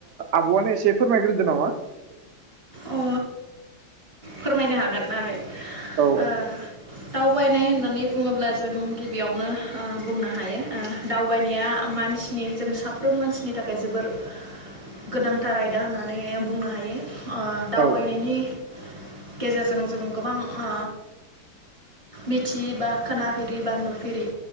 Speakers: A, on the right; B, on the right.
A: आब'आनो एसे फोरमायग्रोदो नामा
B: अ फोरमायनो हागोन आगै
A: औ
B: ओ दावबायनाय होननानै बुङोब्ला जों गिबियावनो ओ बुंनो हायो ओ दावबायनाया मानसिनि जों साफ्रोम मानसिनि थाखाय जोबोर गोनांथार आयदा होननानै बुंनो हायो ओ दावबायनायनि
A: औ
B: गेजेरजों जों गोबां ओ मिथियि बा खोनाफेरि बा नुफेरि